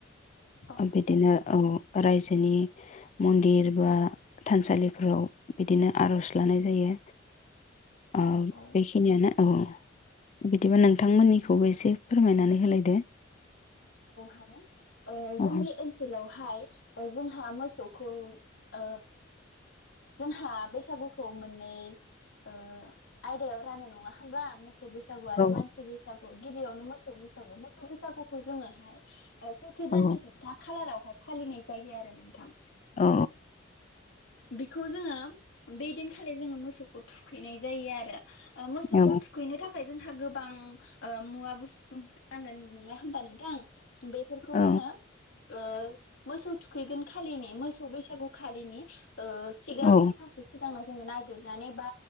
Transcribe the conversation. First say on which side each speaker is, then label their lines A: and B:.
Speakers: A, on the left; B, on the left.
A: औ नंगौ
B: बिदिनो ओ रायजोनि मन्दिर बा थानसालिफोराव बिदिनो आर'ज लानाय जायो आ
A: औ
B: बेखिनियानो औ बिदिबा नोंथांमोननिखौबो एसे फोरमायनानै होलायदो
A: औ हागोन ओ जोंनि
B: औ
A: ओनसोलावहाय जोंहा मोसौखौ ओ जोंहा बैसागुखौ मोननै ओ आयदायाव रानो नङा होमब्ला मो मोसौ बैसागु आरो
B: औ
A: मानसि बैसु गिबियावनो मोसौ मोसौ बैसाग मोसौ बैसागुखौ जोङो हाय सैथो
B: औ
A: दाननि जोबथा खालारावहाय फालिनाय जायो आरो नोंथां
B: अ
A: बिखौ जोङो बे दिनखालि जोङो मोसौ खौ थुखैनाय जायो आरो मोसौखौ
B: औ
A: थुखैनो थाखाय जों गोबां ओ मुवा बुस्थु नांगोन नङा होमबा नोंथां <inaudible> बेफोरखौ
B: औ
A: जोङो ओ मोसौ थुखैगोन खालिनि मोसौ बैसागु खालिनि ओ सिगांनो
B: औ
A: सानसे सिगांनो जोङो नागिरनानै बा